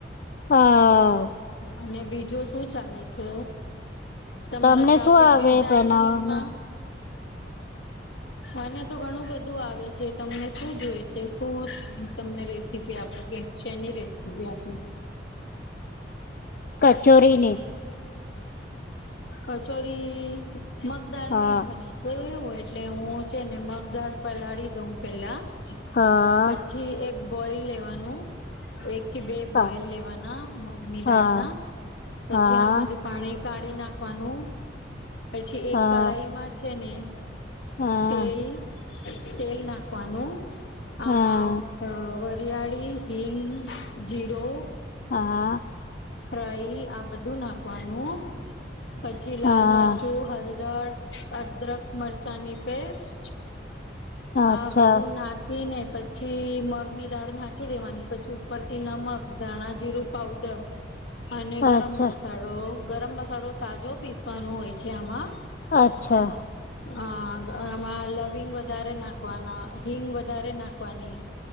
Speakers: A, on the left (about 50°); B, on the left (about 70°).
A: હા.
B: અને બીજું શું ચાલે છે? તમારા
A: તમને
B: ગ્રાફિક
A: શું આવડે
B: ડિઝાઇનિંગમાં
A: બનાવવાનું
B: મને તો ઘણું બધું આવે છે તમને શું જોય છે ફૂડ તમને રેસીપી આપું કે શની રેસીપી આપું?
A: કચોરીની.
B: કચોરી મગદાળ
A: હા
B: ની જ બનાઈ છે એવું એટલે હું છે ને મગદાળ પલાળી દઉં પેલા.
A: હા
B: પછી એક બોઇલ લેવાનું એક કે બે
A: હા
B: બોઇલ લેવાના મગ નિ
A: હા
B: દાળના પછી
A: હા
B: આમાંથી પાણી કાઢી નાખવાનું પછી
A: હા
B: એક કઢાઈમાં છે ને
A: હા
B: તેલ તેલ નાખવાનું આમાંવ
A: હા
B: અહ વરિયાળી, હિંગ, જીરો
A: હા.
B: ફ્રાઈ આ બધું નાખવાનું. પછી લાલ
A: હા
B: મરચું હલદર અદરખ મરચાંની પેસ્ટ
A: અચ્છા
B: આ બધું નાક ખી ને પછી મગ ની દાળ નાખી દેવાની પછી ઉપરથી નમક ધાણાજીરું પાવડર અને ગરમ
A: અચ્છા
B: મસાળો ગરમ મસાળો તાજો પીસવાનો હોય છે આમાં.
A: આચ્છા.
B: હા આમાં લવિંગ વધારે નાખવાના હિંગ વધારે નાખવાની.